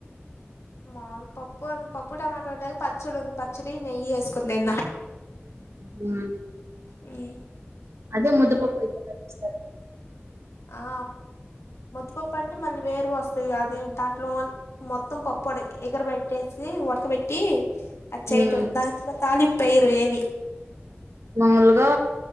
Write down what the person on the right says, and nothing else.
మ్
అదే ముదుపప్పు అయితేచిస్తారు
హ్మ్
మాముూల్గా